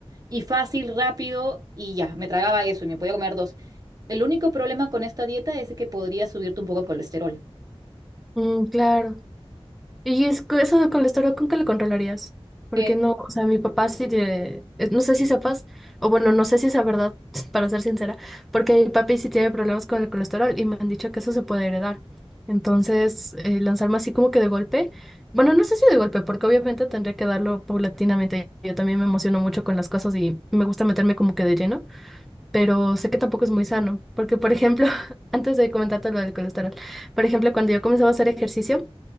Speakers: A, on the right; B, in the centre.
A: y fácil, rápido y ya, me tragaba eso y me podía comer dos. El único problema con esta dieta es que podría subirte un poco el colesterol.
B: Mm, claro. Y es que eso con el estómago, ¿con qué lo controlarías? Porque
A: Eh,
B: no, o sea, mi papá sí tiene, eh, no sé si sepas, o bueno, no sé si es verdad, <laughs> para ser sincera, porque mi papi sí tiene problemas con el colesterol y me han dicho que eso se puede heredar. Entonces, eh, lanzarme así como que de golpe, bueno, no sé si de golpe, porque obviamente tendría que darlo paulatinamente. Yo también me emociono mucho con las cosas y me gusta meterme como que de lleno. pero sé que tampoco es muy sano, porque por ejemplo, <laughs> antes de comentarte lo del colesterol, por ejemplo, cuando yo comenzaba a hacer ejercicio,